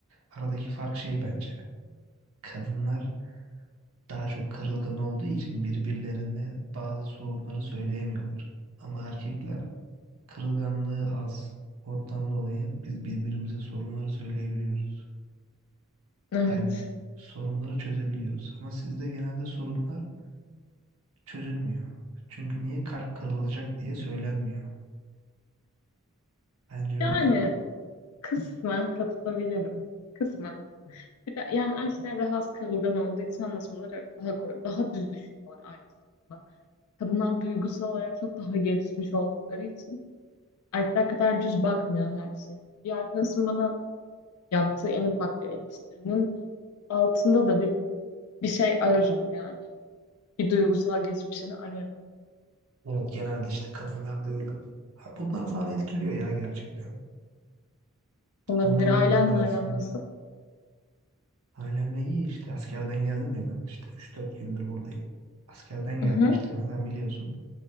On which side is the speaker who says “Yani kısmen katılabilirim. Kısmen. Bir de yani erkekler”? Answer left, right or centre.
Left